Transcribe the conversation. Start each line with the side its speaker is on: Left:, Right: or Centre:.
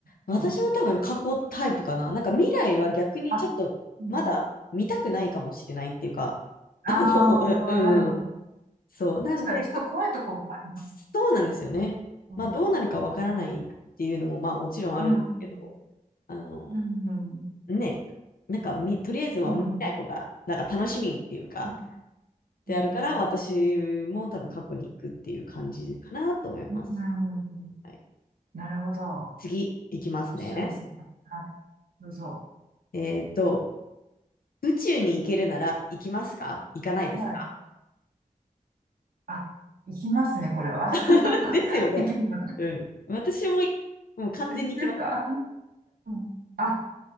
Right: どうどうですか
Left: 私も多分過去タイプかな。なんか未来は逆にちょっとまだ見たくないかもしれないっていうか、
Right: あ、うん。あ
Left: あの、うんうん。
Right: あ、なるほど。
Left: そう。なんで、
Right: 確かにちょっと怖いとこもあります。
Left: 過去そうなんですよね。
Right: うん。
Left: まあどうなるかわからないっていうのもまあもちろんあるんですけど、
Right: うん。うん。
Left: あの、
Right: うん。
Left: ね、なんかみ、とりあえずは見ない方が、
Right: うん。
Left: なんか楽しみっていうか、
Right: うん。
Left: であるから、
Right: うん。
Left: 私も多分過去に行くっていう感じかなと思います。
Right: うん
Left: はい、
Right: なるほど。
Left: 次、行きますね。
Right: 一緒ですね。はい。どうぞ。
Left: えっと、宇宙に行けるなら行きますか行かないですか
Right: はい。あ、いきますね、これは。<laughs>
Left: <laughs> ですよね。
Right: 行けるのか。
Left: うん。私も、もう完全に行きます。
Right: これ一緒ですかうん。あ、